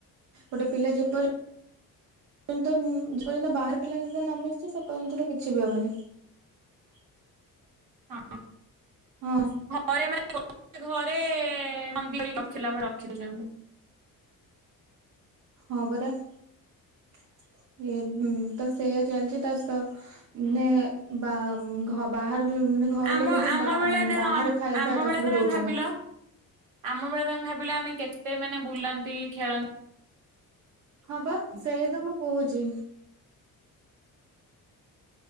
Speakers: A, on the right; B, on the right.
A: ଗୋଟେ ପିଲା ଯେପରି ଯେର୍ଯ୍ୟନ୍ତ ବାହାର ପିଲା ସହିତ ନ ମିଶିଚି ସେ ପର୍ଯ୍ୟନ୍ତ ତ କିଛି ବି ହବନି। <unintelligible>
B: ହଁ
A: ହଁ।
B: ଘରେ ମାନେ ଗୋ ଘରେ ମନ୍ଦି ରଖିଲା ବର। <unintelligible> <unintelligible> କେବେ ଜାଣିଲେ?
A: ହଁ ପରା ଏ ତ ସେଇୟା ଚାଲିଚି। ତା ସହିତ ମାନେ ବା ଘର ବାହାର ମାନେ ଘର
B: ଆମ
A: ଲୋକ ବି
B: ଆମ
A: ବା
B: ବେଳେ
A: ମାନେ ବାହାର ଖାଇବା
B: ଆମ
A: ତାକୁ
B: ବେଳେ
A: ବି
B: ତମେ
A: ଦଉଚନ୍ତି।
B: ଭାବିଲ ଆମ ବେଳେ ତ ଆମେ ଭାବିଲୁ ଆମେ କେତେ ମାନେ ବୁଲନ୍ତି ଖେଳନ୍ତି
A: ହଁ ପା ସେଇଆ ତ ମୁଁ କହୁଚି।